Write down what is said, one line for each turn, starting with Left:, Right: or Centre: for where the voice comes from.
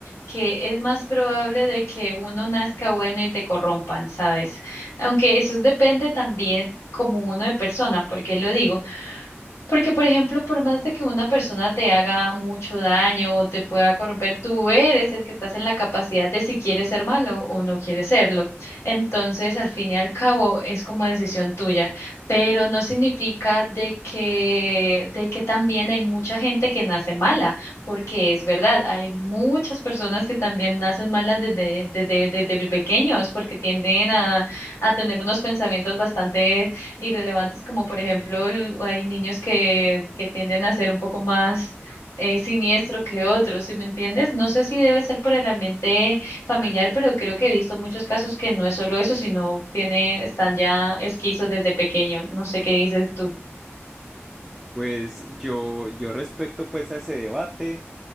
Left: que es más probable de que uno nazca bueno y te corrompan, ¿sabes? Aunque eso depende también como uno de persona, porque lo digo. Porque, por ejemplo, por más de que una persona te haga mucho daño o te pueda corromper, tú eres el que estás en la capacidad de si quieres ser malo o no quieres serlo. Entonces, al fin y al cabo, es como decisión tuya, pero no significa de que, de que también hay mucha gente que nace mala, porque es verdad, hay muchas personas que también nacen malas desde, desde, desde pequeños, porque tienden a, a tener unos pensamientos bastante irrelevantes, como por ejemplo el- hay niños que, que tienden a ser un poco más eh, siniestro que otros, ¿sí me entiendes? No sé si debe ser por el ambiente familiar, pero creo que he visto muchos casos que no es solo eso, sino tiene, están ya esquizos desde pequeño. No sé qué dices tú.
Centre: Pues yo, yo respecto pues a ese debate.